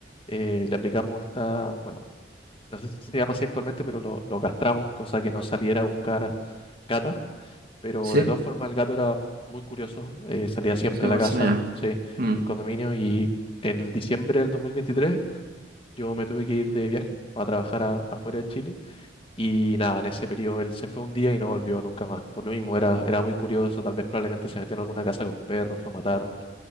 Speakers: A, on the left; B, on the right.
A: eh, le aplicamos esta, bueno, no sé si se llama así actualmente, pero lo, lo castramos, cosa que no saliera a buscar gatas pero
B: sí,
A: de todas formas el gato era muy curioso, eh, salía siempre
B: sí,
A: a
B: Barcelona,
A: la casa, sí,
B: ya. Mm,
A: del condominio y en diciembre del 2023 yo me tuve que ir de viaje para trabajar a- afuera de Chile y nada, en ese periodo él se fue un día y no volvió nunca más. Por lo mismo era, era muy curioso, tal vez probablemente se metió en alguna casa con perros, lo mataron,